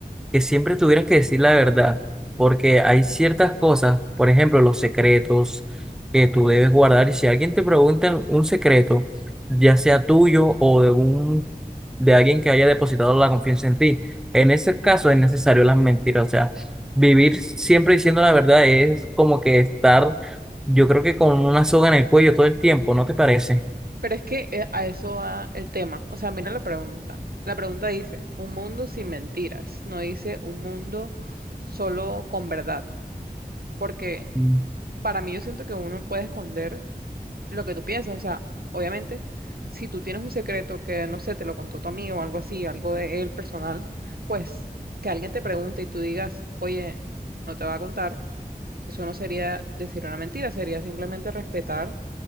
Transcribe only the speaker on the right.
Pero es que eh, a eso va el tema. O sea, mira la pregunta. La pregunta dice, un mundo sin mentiras. No dice un mundo solo con verdad. Porque
para mí yo siento que uno puede esconder lo que tú piensas. O sea, obviamente, si tú tienes un secreto que, no sé, te lo contó tu amigo o algo así, algo de él personal, pues que alguien te pregunte y tú digas, oye, no te va a contar. Eso no sería decir una mentira, sería simplemente respetar.